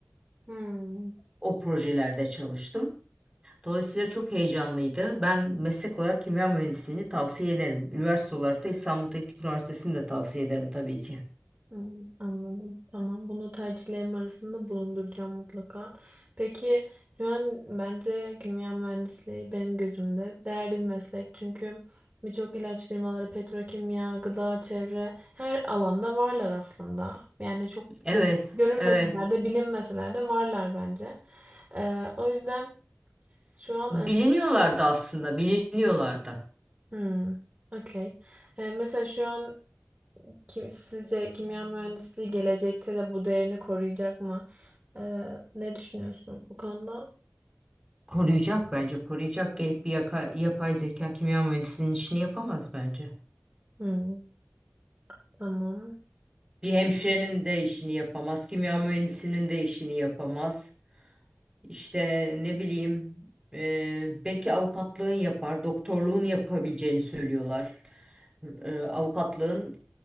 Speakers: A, on the right; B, on the right.
A: Hmm,
B: O projelerde çalıştım. Dolayısıyla çok heyecanlıydı. Ben meslek olarak kimya mühendisliğini tavsiye ederim. Üniversite olarak da İstanbul Teknik Üniversitesi'ni de tavsiye ederim tabii ki.
A: Hmm, anladım. Tamam. Bunu tercihlerim arasında bulunduracağım mutlaka. Peki şu an bence kimya mühendisliği benim gözümde değerli bir meslek. Çünkü birçok ilaç firmaları petrokimya, gıda, çevre her alanda varlar aslında. Yani çok
B: Evet,
A: gör görünmeseler
B: evet.
A: de bilinmeseler de varlar bence. Ee, o yüzden şu an
B: Biliniyorlardı
A: e,
B: aslında, biliniyorlardı.
A: hmm, okey. Ee, mesela şu an Kim, sizce kimya mühendisliği gelecekte de bu değerini koruyacak mı? Ee, ne düşünüyorsunuz bu konuda?
B: Koruyacak bence, koruyacak. Gelip bir yaka- yapay zeka kimya mühendisinin işini yapamaz bence.
A: Hmm, tamam.
B: Bir hemşirenin de işini yapamaz, kimya mühendisinin de işini yapamaz. İşte ne bileyim e, belki avukatlığın yapar, doktorluğun yapabileceğini söylüyorlar. E, avukatlığın